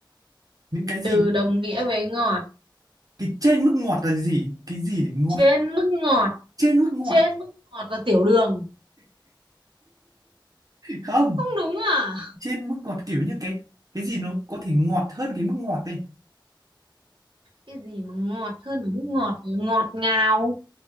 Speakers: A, on the right; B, on the right.
A: những cái gì
B: Từ đồng nghĩa với ngọt.
A: cái trên mức ngọt là gì cái gì để ngọt
B: Trên mức ngọt.
A: trên mức ngọt
B: Trên mức ngọt là tiểu đường.
A: không
B: Không đúng à?
A: trên mức ngọt kiểu như cái cái gì nó có thể ngọt hơn cái mức ngọt đây
B: Cái gì mà ngọt hơn mức ngọt là ngọt ngào.